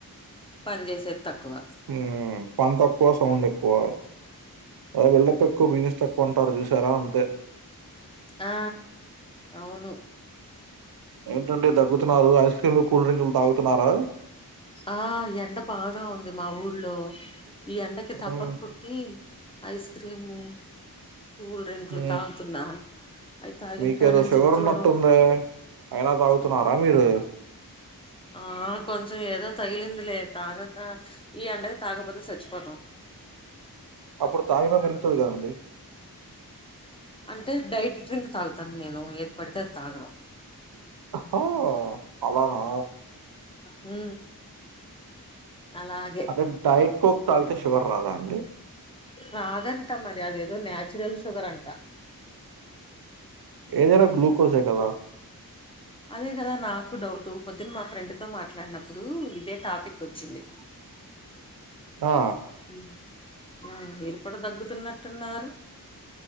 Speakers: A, on the left (about 15°); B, on the right (about 85°).
A: పనిచేసేది తక్ క్కువ
B: ఉమ్ పని తక్కువ సౌండ్ ఎక్కువ ఆ బిల్డప్ ఎక్కువ బిజినెస్ తక్కువ అంటారు చూసారా అంతే
A: ఆ అవును.
B: ఏంటండి దగ్గుతున్నారు ఐస్ క్రీమ్లు కూల్ డ్రింకులు తాగుతున్నారా
A: ఆ ఎండ బాగా ఉంది మా ఊర్లో ఈ ఎండకి తప్పన్
B: ఉమ్
A: పుట్టి ఐస్ క్రీము కూల్ డ్రింక్లు
B: హు
A: తాగుతున్నా అవి తాగిన
B: మీకేదో
A: కానుంచి
B: ఫీవర్
A: జ్వరం
B: ఉన్నట్టుందే అయినా తాగుతున్నారా మీరు
A: ఆ కొంచెం ఏదో తగిలింది లే తాగక ఈ ఎండకి తాగపోతే సచ్చిపోతాం
B: అప్పుడు తాగిన పెరుగుతది కదండి
A: అంటే డైట్ డ్రింక్ తాగుతాను నేను ఏది పడితే అది తాగను
B: హొ ఆలనా
A: హు అలాగే
B: అంటే డైట్ కోక్ తాగితే షుగర్ రాదా అండి
A: రాదంటా మరి అదే ఇందులో న్యాచురల్ షుగర్ అంట
B: ఏదైనా గ్లూకోస్ ఏ కదా
A: అదే కదా నాకు డౌట్ పొద్దున మా ఫ్రెండ్ తో మాట్లాడినప్పుడు ఇదే టాపిక్ వచ్చింది
B: ఆ
A: హు మీరు ఇప్పుడు దగ్గుతున్నట్టున్నారు